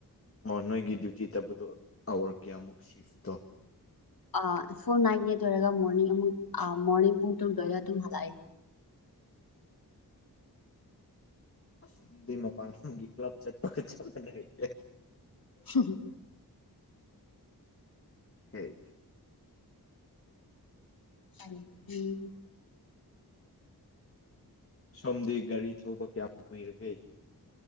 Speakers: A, on the left; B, on the left.
A: ꯑꯣ ꯅꯣꯏꯒꯤ ꯗ꯭ꯌꯨꯇꯤ ꯇꯕꯗꯣ ꯑꯋꯔ ꯀꯌꯥꯃꯨꯛ ꯁꯤꯐ ꯇꯣ
B: ꯑꯥ ꯐꯨꯜ ꯅꯥꯏꯠꯅꯦ ꯑꯗꯨ ꯑꯣꯏꯔꯒ ꯃꯣꯔꯅꯤꯡ ꯑꯃꯨꯛ ꯑꯥ ꯃꯣꯔꯅꯤꯡ ꯄꯨꯡ ꯇꯔꯨꯛ ꯗ꯭ꯋꯥꯏꯗ ꯑꯗꯨꯝ ꯍꯜꯂꯛꯑꯦ
A: ꯑꯁ ꯑꯗꯨꯗꯤ ꯃꯄꯥꯜ ꯂꯝꯒꯤ ꯀꯂꯞ ꯆꯠꯄ ꯆꯞꯃꯥꯟꯅ ꯍꯩꯇꯦ
B: ꯍꯨꯝ ꯍꯨ
A: ꯍꯦ
B: ꯐꯅꯤ ꯎꯝ
A: ꯁꯣꯝꯗꯤ ꯒꯥꯔꯤ ꯊꯧꯕ ꯀ꯭ꯌꯥꯝ ꯀꯨꯏꯔꯒꯦ